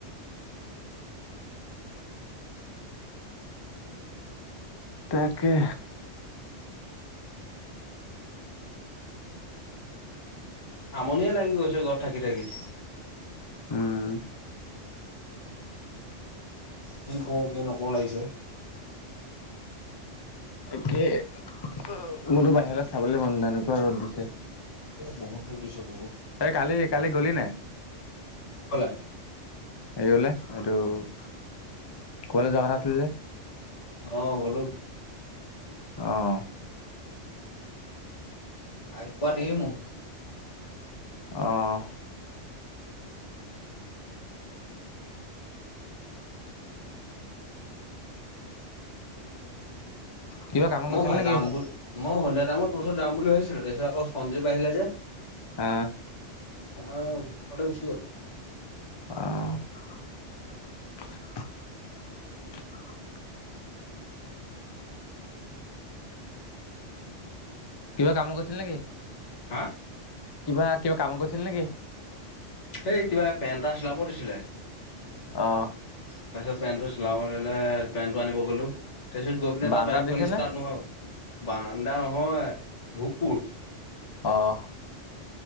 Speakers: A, on the left; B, on the left.
A: তাকে
B: আমনিয়ে লাগি গৈছে ঘৰত থাকি-থাকি
A: উম।
B: কি কওঁ কি নকওঁ লাগিছে।
A: একেই মইতো বাহিৰলৈ চাবলে মন নাই এনেকুৱা ৰ'দ দিছে।
B: এ বহুত ৰ'দ দিছে বহুত।
A: এই কালি-কালি গ'লি নাই
B: কলে
A: হেৰি অলে সেইটো কৰবালে যোৱা কথা আছিলে। যে?
B: অ গলো
A: অহ
B: আহি পোৱা দেৰি মোৰ।
A: অহ কিবা কামত
B: মই
A: গৈছিলি
B: ভা
A: নেকি?
B: যাম বুলি মই সন্ধিয়া টাইমত তোৰ ওচৰত যাম ভাবছিলো তাৰপিছত আকৌ সঞ্জীপ আহিলে যে।
A: আহ
B: নহয় ঘৰলে গুচি গ'ল <unintelligible>
A: অহ কিবা কামত গৈছিলি নেকি
B: হা
A: কিবা কিবা কামত গৈছিলি নেকি
B: হেই কিবা পেণ্ট এটা চিলাব দিছিলে
A: অহ
B: তাৰছত পেণ্টটো চিলাব দিলে পেণ্টটো আনিব গলো তাৰপিছত গৈ পিনে
A: বাৰাণ্ডাত
B: তাত বাইকখন
A: দিছে
B: ষ্টাৰ্ট
A: নে?
B: নহ'ল বান্দা নহয় ভোকপুৰ
A: অহ